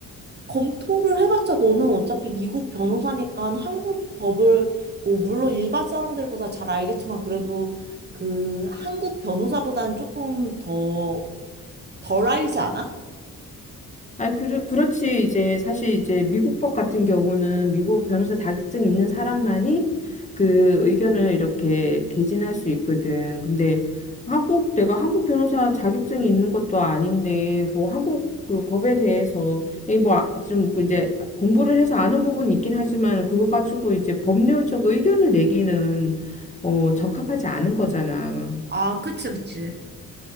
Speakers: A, on the right (about 30°); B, on the left (about 20°).
A: 검토를 해봤자 너는 어차피 미국 변호사니까 한국 법을, 뭐, 물론 일반 사람들보다 잘 알겠지만 그래도 그 한국 변호사보다는 조금 더 덜 알지 않아?
B: 아니, 그, 그렇지. 이제 사실 이제 미국법 같은 경우는 미국 변호사 자격증 있는 사람만이 그 의견을 이렇게 개진할 수 있거든. 근데 한국, 내가 한국 변호사 자격증이 있는 것도 아닌데, 뭐 한국 그 법에 대해서, 이뭐좀 이제 공부를 해서 아는 부분이 있긴 하지만, 그거 가지고 이제 법률적 의견을 내기는, 어, 적합하지 않은 거잖아.
A: 아, 그치, 그치.